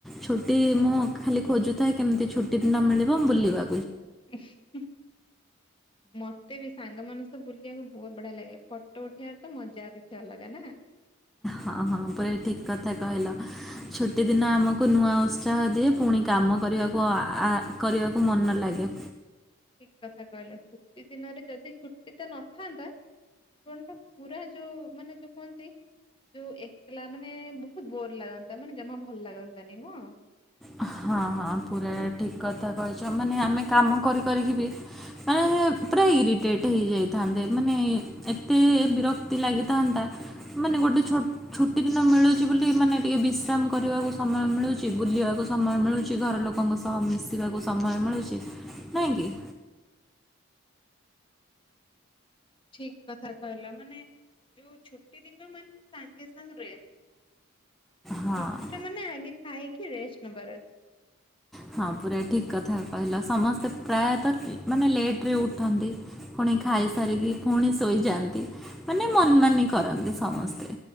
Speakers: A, in the centre; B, on the left (about 25°).
A: ଛୁଟି ମୁଁ ଖାଲି ଖୋଜୁଥାଏ କେମିତି ଛୁଟି ଦିନ ମିଳିବ। ମୁଁ ବୁଲିବା
B: <unintelligible> ମତେ ବି ସାଙ୍ଗ ମାନ ତ ବୁଲିବାକୁ ବୋହୁତ ବଢିଆ ଲାଗେ। ଫଟ ଉଠେଇବାରେ ତ ମଜା କିଛି ଅଲଗା ନାଁ।
A: ହଁ ହଁ ପୁରା ଠିକ୍ କଥା କହିଲ। ଛୁଟି ଦିନ ଆମକୁ ନୂଆ ଉତ୍ସାହ ଦିଏ। ପୁଣି କାମ କରିବାକୁ ଆ କରିବାକୁ ମନ ଲାଗେ।
B: ଠିକ୍ କଥା କହିଲ। ଛୁଟି ଦିନରେ ଯଦି ଛୁଟି ଟେ ନଥାନ୍ତା! ଜୀବନ ଟା ପୁରା ଯୋଉ ମାନେ ଯୋଉ କହନ୍ତି, ଯୋଉ ଏକଲା ମାନେ ବହୁତ ବୋର ଲାଗନ୍ତା! ମାନେ ଜମା ଭଲ ଲାଗନ୍ତାନି ନୁହଁ।
A: ହଁ, ହଁ ପୁରା ଠିକ୍ କଥା କହିଛ ମାନେ ଆମେ କାମ କରି କରିକି ବି ମାନେ ପୁରା ଇରିଟେଟ୍ ହେଇଯାଇଥାନ୍ତେ। ମାନେ ଏତେ ବିରକ୍ତି ଲାଗିଥାନ୍ତା ମାନେ ଗୋଟେ ଛୁଟି ଦିନ ମିଳୁଛି ବୋଲି ମାନେ ଟିକେ ବିଶ୍ରାମ କରିବାକୁ ସମୟ ମିଳୁଚି। ବୁଲିବାକୁ ସମୟ ମିଳୁଛି ଘର ଲୋକଙ୍କ ସହ ମିଶିବାକୁ ସମୟ ମିଳୁଛି ନାହିଁକି?
B: ଠିକ୍ କଥା କହିଲ ମାନେ, ଯୋଉ ଛୁଟି ଦିନ ମାନେ ସାଙ୍ଗେ ସାଙ୍ଗେ ରେଷ୍ଟ।
A: ହଁ
B: ଛୁଟିଟା ମାନେ ଆଗେ ଖାଇ କି ରେଷ୍ଟ ନବାର ଅଛି।
A: ହଁ ପୁରା ଠିକ୍ କଥା କହିଲ। ସମସ୍ତେ, ପ୍ରାୟତଃ ମାନେ ଲେଟ ରେ ଉଠନ୍ତି। ପୁଣି ଖାଇସାରିକି ପୁଣି ଶୋଇଯାଆନ୍ତି। ମାନେ ମନ୍ ମାନି କରନ୍ତି ସମସ୍ତେ